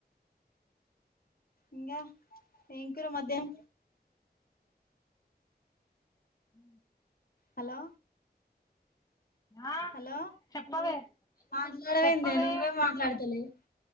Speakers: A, on the left; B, on the left.
A: ఇంగ ఏం కూర మధ్యాహం?
B: ఉ
A: హలో
B: ఆ
A: హలో
B: చెప్పవే
A: మాట్లాడవేందే
B: చెప్పవే
A: నువ్వే మాట్లాడతలేవు